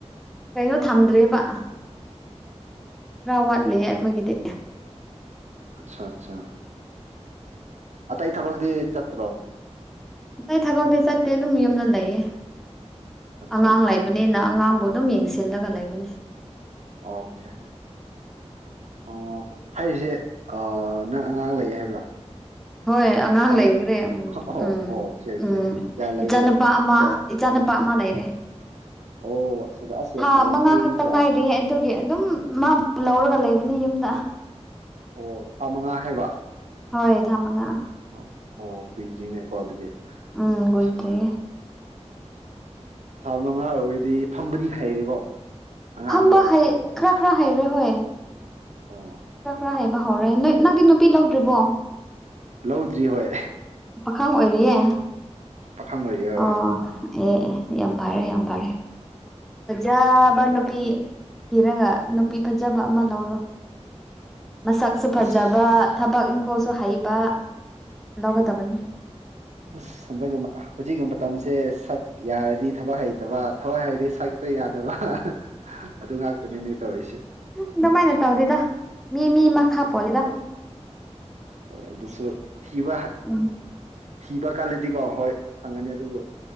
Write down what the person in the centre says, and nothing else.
ꯀꯩꯅꯣ ꯊꯝꯗ꯭ꯔꯦꯕ ꯈꯔ ꯋꯥꯠꯂꯤꯌꯦ ꯑꯩꯈꯣꯏꯒꯤꯗꯤ
ꯑꯇꯩ ꯊꯕꯛꯇꯗꯤꯤ ꯆꯠꯇꯦ ꯑꯗꯨꯝ ꯌꯨꯝꯗ ꯂꯩꯌꯦ
ꯑꯉꯥꯡ ꯂꯩꯕꯅꯤꯅ ꯑꯉꯥꯡꯕꯨ ꯑꯗꯨꯝ ꯌꯦꯡꯁꯤꯜꯂꯒ ꯂꯩꯕꯅꯤ
ꯍꯣꯏ ꯑꯉꯥꯡ
ꯂꯩꯈ꯭ꯔꯦ ꯎꯝ
ꯎꯝ
ꯎꯝ
ꯏꯆꯥꯅꯨꯄꯥ ꯑꯃ
ꯏꯆꯥ ꯑꯃ ꯂꯩꯔꯦ
ꯍꯥ
ꯃꯉꯥ
ꯈꯛꯇ
ꯉꯥꯏꯔꯤꯌꯦ ꯑꯗꯨꯒꯤ ꯑꯗꯨꯝ ꯃꯥꯕꯨ ꯂꯧꯔꯒ ꯂꯩꯕꯅꯤ ꯌꯨꯝꯗ
ꯍꯣꯏ ꯊꯥ ꯃꯉꯥ
ꯎꯝ
ꯍꯣꯏꯇ꯭ꯔꯤ
ꯐꯝꯕ ꯈꯔ ꯈꯔ ꯍꯩꯔꯦ ꯍꯣꯏ
ꯈꯔ ꯈꯔ ꯍꯕ ꯍꯧꯔꯦ ꯅꯣꯏ ꯅꯪꯗꯤ ꯅꯨꯄꯤ ꯂꯧꯗ꯭ꯔꯤꯕꯣ
ꯄꯥꯈꯪ ꯑꯣꯏꯔꯤꯌꯦ
ꯑꯣ
ꯑꯦ ꯑꯦ ꯌꯥꯝ ꯐꯔꯦ ꯌꯥꯝ ꯐꯔꯦ ꯐꯖꯕ ꯅꯨꯄꯤ ꯍꯤꯔꯒ ꯅꯨꯄꯤ ꯐꯖꯕ ꯑꯃ ꯂꯧꯔꯣ ꯃꯁꯛꯁꯨ ꯐꯖꯕ
ꯊꯕꯛ ꯏꯪꯈꯣꯜꯁꯨ ꯍꯩꯕ ꯂꯧꯒꯗꯕꯅꯤ
ꯑꯗꯨꯃꯥꯏꯅ ꯇꯧꯗꯦꯗ ꯃꯤ ꯃꯤ ꯃꯥ ꯈꯥ ꯄꯂꯦꯗ
ꯎꯝ